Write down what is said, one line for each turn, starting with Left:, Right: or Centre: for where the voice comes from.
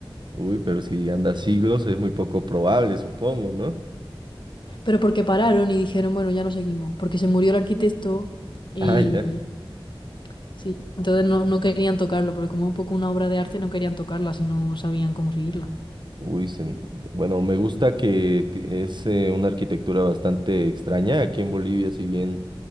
Right: Uy, pero si anda siglos es muy poco probable, supongo, ¿no? <laughs>
Left: Pero porque pararon y dijeron, bueno, ya no seguimos, porque se murió el arquitecto y
Right: Ah, ya.
Left: sí, entonces no, no querían tocarlo, porque como es un poco una obra de arte no querían tocarla si no sabían cómo seguirla.
Right: Uy, se- bueno, me gusta que te- es eh, una arquitectura bastante extraña. Aquí en Bolivia, si bien